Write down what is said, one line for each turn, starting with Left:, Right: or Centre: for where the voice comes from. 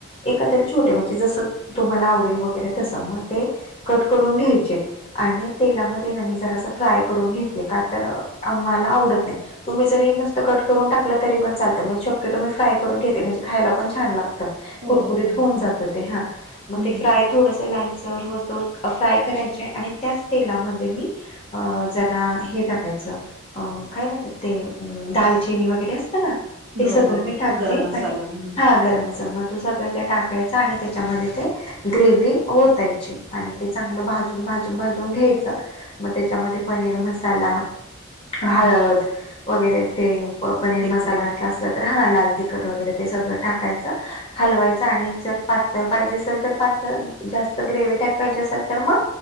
Left: एखाद छोटे म्हणजे जस तुम्हाला आवडेल वगैरे तस मग ते कट करून घ्यायचे आणि तेलामध्ये न मी जरास फ्राय करून घेते का तर आ मला आवडत नाही. तुम्ही जरी नसतं कट करून टाकलं तरीपण चालतं. म शक्यतो मी फ्राय करून घेते म्हणजे खायला पण छान लाग त
Right: हो,
Left: कुरकुरीत
Right: हो,
Left: होऊन
Right: हो.
Left: जात ते हा. म
Right: हं.
Left: ते फ्राय थोडस लालसर होऊस तवर फ्राय करायचे आणि त्याच तेलामध्ये मी अ जरा हे टाकायचं. अं काय म्हणतात ते अम दालचिनी वगैरे असतं ना? ते
Right: हो,
Left: सगळं
Right: हो.
Left: मी टाकते
Right: गरम मसाला.
Left: आणि
Right: हं,
Left: हा गरम मसालाम तू सगळं त्या टाकायचा आणि त्याच्यामध्ये ते ग्रेव्ही ओतायची आणि ते चांगलं भाजून भाजून भाजून घ्यायचं. त्येच्यामध्ये पनीर मसाला, हळद
Right: हं.
Left: वगैरे ते प पनीर
Right: तिखट.
Left: मसाला अ जास असला तर हा लाल तिखट वगैरे ते सगळं टाकायचं. हलवायच आणि जर पातळ पाहिजे असेल तर पातळ जास्त ग्रेव्ही टाईप पाहिजे असेल तर मग